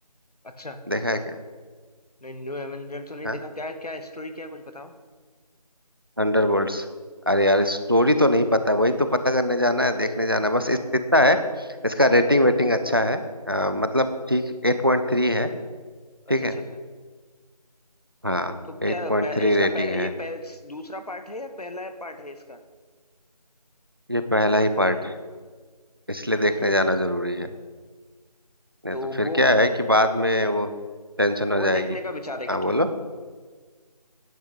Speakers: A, on the left; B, on the right.
A: अच्छा
B: देखा है क्या
A: नहीं न्यू एवेंजर तो नहीं
B: हाँ?
A: देखा क्या है क्या स्टोरी क्या है कुछ बताओ
B: थंडरबोल्ट्स अरे यार स्टोरी तो नहीं पता वही तो पता करने जाना है देखने जाना है बस इत- इतना है इसका रेटिंग वेटिंग अच्छा है अ, मतलब ठीक एट पॉइंट थ्री है ठीक
A: अच्छा
B: है
A: अच्छा अच्छा
B: हाँ
A: तो क्या
B: एट पॉइंट
A: पह,
B: थ्री
A: इसका
B: रेटिंग
A: पह, ये
B: है
A: पह, दूसरा पार्ट है या पहला पार्ट है इसका
B: ये पहला ही पार्ट है इसलिए
A: हम्म,
B: देखने जाना जरूरी है नहीं
A: तो
B: तो फिर
A: वो
B: क्या है कि बाद में वो टेंशन हो
A: वो
B: जाएगी
A: देखने का विचार है क्या
B: हाँ बोलो
A: तुम्हारा